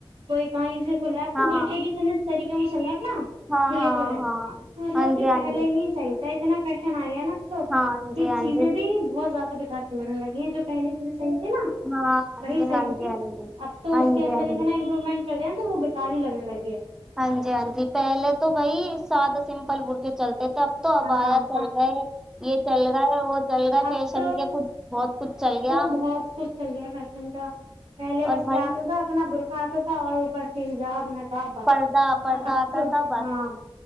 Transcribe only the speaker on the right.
کوئی کہیں سے کھلاپ
تو برکے بھی تو طریق کیانسل ال ہیں ن
کھلے
کھلے
مطلب
کہ
پہلے
ہی صحیح تھا اتنا فیشن آ گیا نا تو
یہ
چیزیں
بھی بہت زیادہ د لگنے لگی ہیں جو پہلے سے میں صحیح تھے نا
وہی
سح
ت
اب تو
اس کے اندر
اتنا
امپروومنٹ کر تو وہ بےکاری ہی لگنے لگے ہے
ہاں
اب
تو
اب
تو بہت کچھ چل گیا فیشن کا پہلے
بس کیا
آتا تھا اپنا کھاتا تھا اور اوپر سے حزاب نہ با
اور اب
تو
ہاں